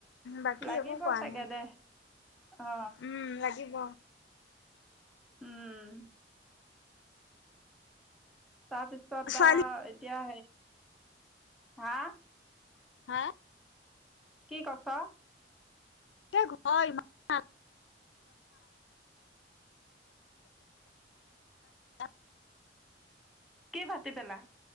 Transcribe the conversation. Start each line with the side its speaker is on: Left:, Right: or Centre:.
Left: বাকী
Centre: লাগিব
Left: একো কৰা
Centre: চাগে
Left: নাই
Centre: দে। অ
Left: উম, লাগিব।
Centre: উম তাৰপিছত
Left: ছোৱালী
Centre: অ'- এতিয়া হা?
Left: হা?
Centre: কছ?
Left: এ ঘৰ ইমান <inaudible>
Centre: ভাতি পেলা